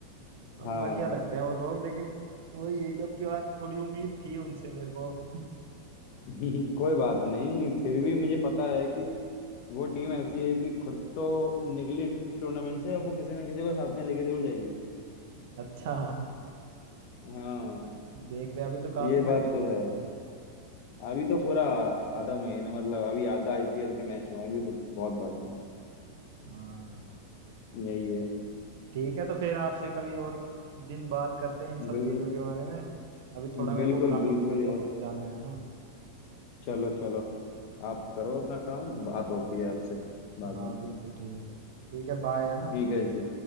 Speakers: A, on the right; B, on the left.
A: हम
B: हाँ
A: बढ़िया लगते हैं वो लोग लेकिन वही है कि अब की बार थोड़ी उम्मीद थी उनसे मेरे को <laughs>
B: <laughs> कोई बात नहीं फिर भी मुझे पता है कि वो टीम ऐसी है कि खुद तो निकली टूर्नामेंट से अब वो किसी ना किसी को साथ में लेके जरूर जाएगी
A: अच्छा
B: हाँ
A: देखते हैं अभी तो काफी
B: ये बात
A: मैच बचे
B: तो है
A: हुए हैं
B: अभी तो पूरा आधा महीना मतलब अभी आधा आईपीएल के मैच हुए हैं अभी तो बहुत बाकी है
A: हाँ
B: यही है
A: ठीक है तो फिर आपसे कभी और दिन बात करते हैं इन सब
B: बिल्कुल
A: चीजों के बारे में अभी थोड़ा मेरे
B: बिल्कुल
A: को काम
B: बिल्कुल
A: है मेरे को
B: यार
A: कहीं जाना है ना
B: चलो चलो आप करो अपना काम बात होती है आपसे बाद
A: हाँ
B: में
A: बिल्कुल ठीक है ठीक है बाय है ना
B: ठीक है जी